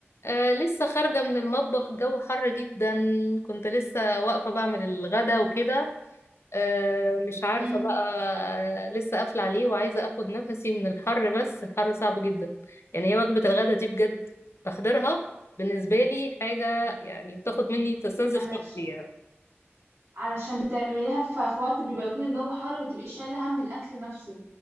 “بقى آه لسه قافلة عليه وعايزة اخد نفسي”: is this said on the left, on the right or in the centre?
Left